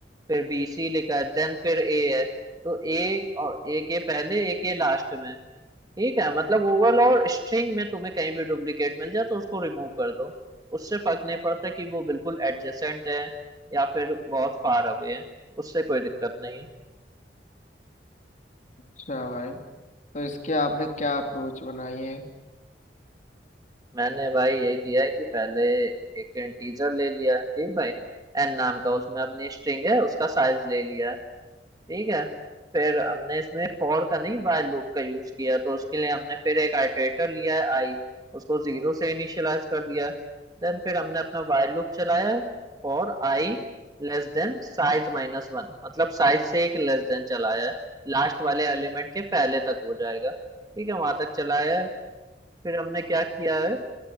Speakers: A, on the right; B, on the left.
A: फिर बी सी लिखा है देन फिर ए है तो ए और ए के पहले ए के लास्ट में ठीक है मतलब ओवल और स्ट्रिंग में तुम्हें कहीं भी डुप्लीकेट मिल जाए तो उसको रिमूव कर दो उससे फर्क नहीं पड़ता कि वो बिल्कुल एडजेसेंट है या फिर बहुत फार अवे है उससे कोई दिक्कत नहीं है
B: अच्छा भाई तो इसके आपने क्या अप्रोच बनाई है
A: मैंने भाई ये किया है कि पहले एक इंटीजर ले लिया है ठीक भाई एन नाम का उसमें अपनी स्ट्रिंग है उसका साइज ले लिया है ठीक है फिर हमने इसमें फॉर का नहीं while लूप का यूज किया तो उसके लिए हमने फिर एक आइटरेटर लिया है आई उसको जीरो से इनिशियलाइज कर दिया है देन फिर हमने अपना while लूप चलाया है For I less than size minus one मतलब साइज से एक लेस देन चलाया है लास्ट वाले एलिमेंट के पहले तक हो जाएगा ठीक है वहां तक चलाया है फिर हमने क्या किया है